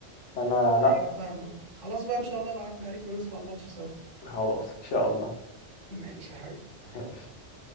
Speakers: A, on the left (about 80°); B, on the right (about 85°).
A: فانا لا
B: ايوه فاهمك خلاص بقى ان شاء الله بعد عليك ونسمع الماتش سوا
A: خلاص ان شاء الله
B: ماشي يا حبيبي
A: <laughs>